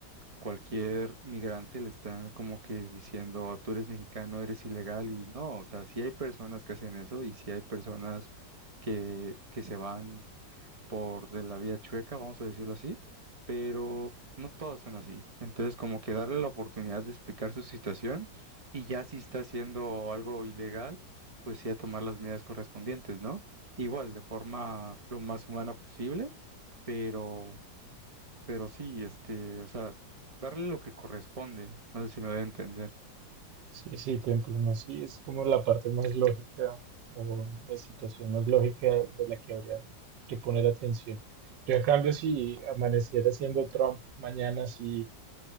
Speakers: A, on the right (about 30°); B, on the right (about 80°).
A: cualquier migrante le está como que diciendo, tú eres mexicano, eres ilegal y no, o sea, sí hay personas que hacen eso y sí hay personas que, que se van por de la vía chueca, vamos a decirlo así, pero no todas son así. Entonces, como que darle la oportunidad de explicar su situación y ya si está haciendo algo ilegal, pues sí a tomar las medidas correspondientes, ¿no? Igual, de forma lo más humana posible, pero, pero sí, este, o sea, darle lo que corresponde. No sé si me voy a entender.
B: Sí, sí, te entiendo. Sí, es como la parte más lógica o la situación más lógica de la que habría que poner atención. Yo, en cambio, si amaneciera siendo Trump mañana, sí,